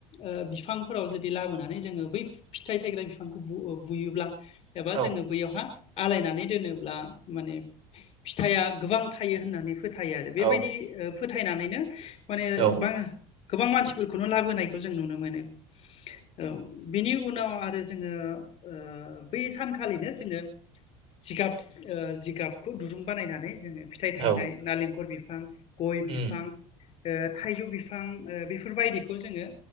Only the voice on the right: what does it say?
औ
औ
औ
औ
उम